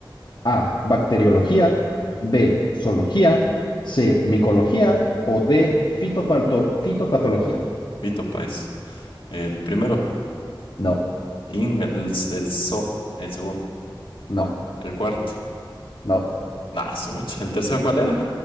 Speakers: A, on the left; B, on the left.
A: A. Bacteriología. B. Zoología. C. Micología. O D. Fitopato- fitopatología.
B: Vito Páez. El primero.
A: No,
B: Inga, el, el So. El segundo.
A: no,
B: El cuarto.
A: no.
B: Nah, Sumecha. ¿El tercero cuál era?